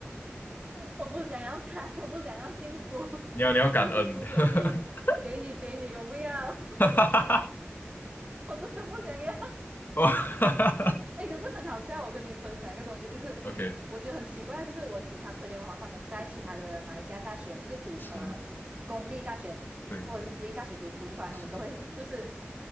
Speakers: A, on the right; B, on the left.
A: 我不想要看，我不想要幸福，<laughs>
B: 你要你要感恩。
A: 这幸福给你，
B: <laughs>
A: 给你，给你，我不要，<laughs>
B: 哈哈哈
A: 我真的不想要。
B: 哦哈哈哈
A: 哎，可是很好笑，我跟你分享一个东西，就是我觉得很奇怪，
B: ，OK，
A: 就是我其他朋友哈、他们在其他的马来西亚大学，就是读呃公立大学或者是私立大学读书出来，
B: 是，对，
A: 他们都会就是
B: 是，